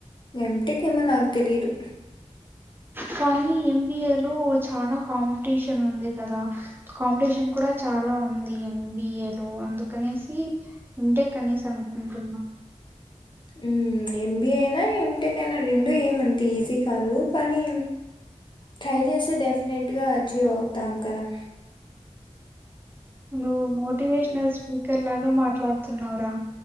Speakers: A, on the left (about 40°); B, on the right (about 15°).
A: ఏంటెక్ ఏమైనాకు తెలియదు
B: కానీ ఎంబిఏ లో చాలా కాంపిటీషన్ ఉంది కదా కాంపిటీషన్ కూడా చాలా ఉంది ఎంబిఏ లో అందుకనేసి ఇంటెక్ అనేసి అనుకుంటున్నాం
A: ఆ ఎంబిఏ అయినా ఎటెక్ అయినా రెండు ఏమంతే ఈజీ కాదు కానీ ట్రై చేస్తే డెఫినెట్ గా అచీవ్ అవుతాం కదా
B: నువ్వు మోటివేషనల్ స్పీకర్ లాగా మాట్లాడుతున్నావరా